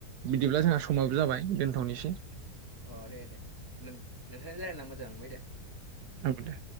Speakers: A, on the right (about 75°); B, on the left (about 20°).
A: बिदिब्ला
B: औ
A: जोंहा समाबो जाबाय दोनथ'निसै
B: अ दे दे नों नोंथांजों रायलायना मोजां मोनबाय दे
A: औ दे